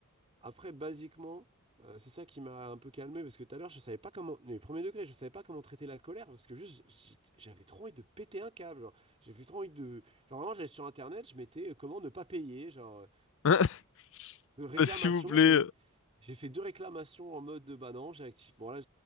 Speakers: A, on the right; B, on the left.
A: Après, basiquement, euh, c'est ça qui m'a un peu calmé parce que tout à l'heure, je savais pas comment, les premiers degrés, je savais pas comment traiter la colère parce que juste, j'- j'avais trop envie de péter un câble. genre. J'avais trop envie de. Genre, vraiment, j'allais sur Internet, je mettais euh, comment ne pas payer, genre, euh,
B: <laughs>
A: euh,
B: <laughs>
A: réclamation.
B: Euh, S'il vous plaît.
A: J'ai j'ai fait deux réclamations en mode de bah non, j'ai activé. Bon, là,